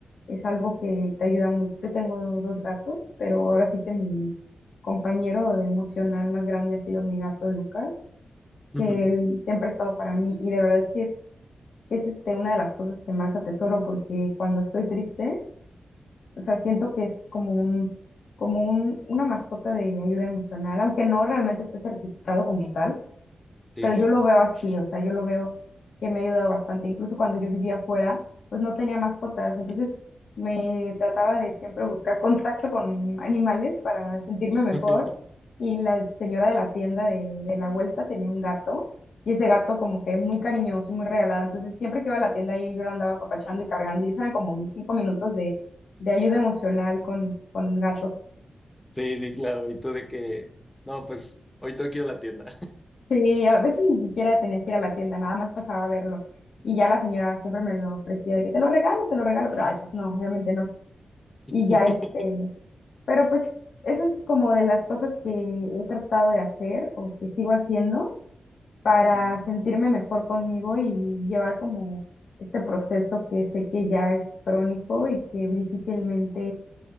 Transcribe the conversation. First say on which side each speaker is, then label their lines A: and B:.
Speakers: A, on the left; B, on the left.
A: es algo que te ayuda mucho. Yo tengo dos gatos, pero ahora sí que mi compañero de emocional más grande ha sido mi gato Lucas,
B: <laughs>
A: que él siempre ha estado para mí y de verdad que es, que es este, una de las cosas que más atesoro porque cuando estoy triste, o sea, siento que es como un, como un, una mascota de ayuda emocional, aunque no realmente esté certificado como tal
B: Sí,
A: pero
B: claro.
A: yo lo veo así, o sea, yo lo veo que me ha ayudado bastante. Incluso cuando yo vivía afuera, pues no tenía mascotas, entonces me trataba de siempre buscar contacto con animales para sentirme mejor.
B: <laughs>
A: Y la señora de la tienda de, de la vuelta tenía un gato, y ese gato como que muy cariñoso y muy regalado, entonces siempre que iba a la tienda ahí yo lo andaba apapachando y cargando, y esos eran como mis cinco minutos de, de ayuda emocional con, con gatos.
B: Sí, sí, claro. Y tú de que, no, pues hoy tengo que ir a la tienda.
A: Sí, a veces ni siquiera tenía que ir a la tienda, nada más pasaba a verlo. Y ya la señora siempre me lo ofrecía de que te lo regalo, te lo regalo, pero ay, pues no, obviamente no. Y ya
B: <laughs>
A: este, pero pues eso es como de las cosas que he tratado de hacer o que sigo haciendo para
B: Ujú.
A: sentirme mejor conmigo y llevar como este proceso que sé que ya es crónico y que difícilmente